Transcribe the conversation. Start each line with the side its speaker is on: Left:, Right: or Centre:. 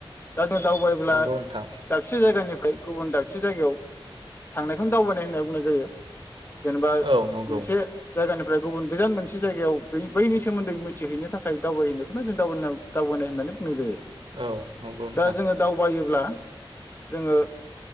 Left: दा जों दावबायोब्ला
Right: नंगौ नोंथां
Left: दाबसे जायगानिफ्राय गुबुन दाबसे जायगायाव थांनायखौनो दावबायनाय होनना बुंनाय जायो जेनेबा
Right: औ नंगौ
Left: मोनसे जायगानि फ्राय गुबुन गोजान मोनसे जायगायाव बै बैनि सोमोन्दै मिथिहैनो थाखाय दावबायहैनायखौनो जों दावबोनाय दावबायनाय होननानै बुंनाय जायो।
Right: औ नंगौ नोंथां
Left: दा जोङो दावबायोब्ला जोङो